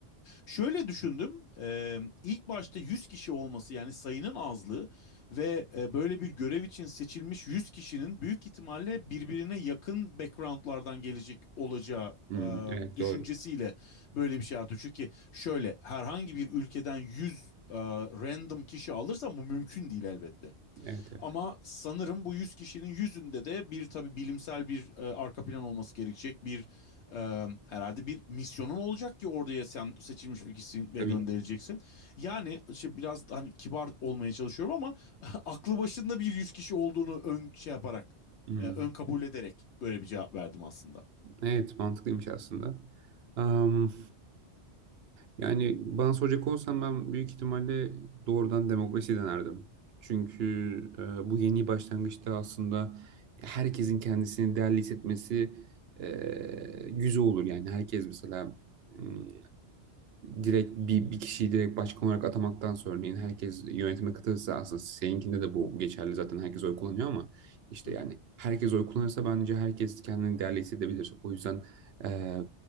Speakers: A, on the left (about 75°); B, on the right (about 65°).
A: Şöyle düşündüm. e, ilk başta 100 kişi olması yani sayının azlığı ve e, böyle bir görev için seçilmiş 100 kişinin büyük ihtimalle birbirine yakın backgroundlardan gelecek olacağı
B: Hmm,
A: e,
B: evet
A: düşüncesiyle
B: doğru.
A: böyle bir şey yaptı. Çünkü şöyle herhangi bir ülkeden 100 e, random kişi alırsan bu mümkün değil elbette.
B: Evet evet.
A: Ama sanırım bu 100 kişinin yüzünde de bir tabii bilimsel bir e, arka plan olması gerekecek. Bir e, herhalde bir misyonun olacak ki oraya sen seçilmiş bir kişisin
B: Tabii.
A: ve gönderileceksin. Yani işte biraz hani kibar olmaya çalışıyorum ama <laughs> aklı başında bir 100 kişi olduğunu ön şey yaparak
B: Hmm,
A: e, ön kabul ederek böyle bir cevap verdim aslında.
B: Evet mantıklıymış aslında. Am, yani bana soracak olsam ben büyük ihtimalle doğrudan demokrasi denerdim. Çünkü e, bu yeni başlangıçta aslında herkesin kendisini değerli hissetmesi e, güzel olur. Yani herkes mesela hmm, direkt bir, bir kişiyi direkt başkan olarak atamaktansa örneğin herkes yönetime katılırsa aslında seninkinde de bu geçerli zaten herkes oy kullanıyor ama işte
A: Hı
B: yani
A: hı
B: herkes oy kullanırsa bence herkes kendini değerli hissedebilir. O yüzden e,